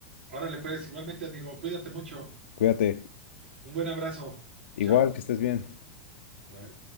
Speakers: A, on the right (about 75°); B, on the left (about 75°).
A: Órale, pues, igualmente, amigo, cuídate mucho.
B: Cuídate.
A: Un buen abrazo.
B: Igual,
A: Chao.
B: que estés bien.
A: Bye.